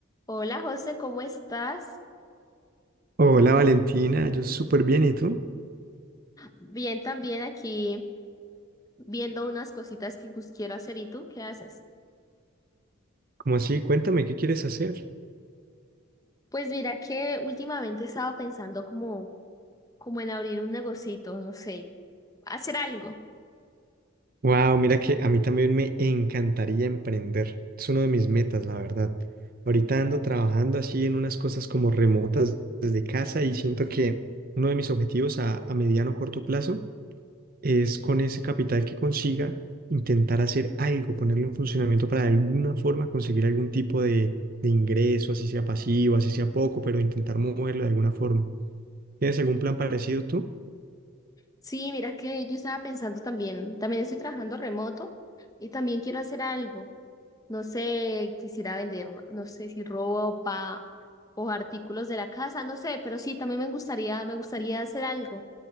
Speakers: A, on the left; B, on the right.
A: Hola José, ¿cómo estás?
B: Hola Valentina, yo súper bien, ¿y tú?
A: Bien, también aquí viendo unas cositas que pues, quiero hacer. ¿Y tú qué haces?
B: ¿Cómo así? Cuéntame, ¿qué quieres hacer?
A: Pues mira que últimamente estaba pensando como, como en abrir un negocito, no sé, hacer algo.
B: Wow, mira que a mí también me encantaría emprender. Es uno de mis metas, la verdad. Ahorita ando trabajando así en unas cosas como remotas desde casa y siento que uno de mis objetivos a, a mediano o corto plazo es con ese capital que consiga intentar hacer algo, ponerlo en funcionamiento para de alguna forma conseguir algún tipo de, de ingreso, así sea pasivo, así sea poco, pero intentar moverlo de alguna forma. ¿Tienes algún plan parecido tú?
A: Sí, mira que yo estaba pensando también, también estoy trabajando remoto y también quiero hacer algo. No sé, quisiera vender, no sé si ropa o artículos de la casa, no sé, pero sí, también me gustaría, me gustaría hacer algo.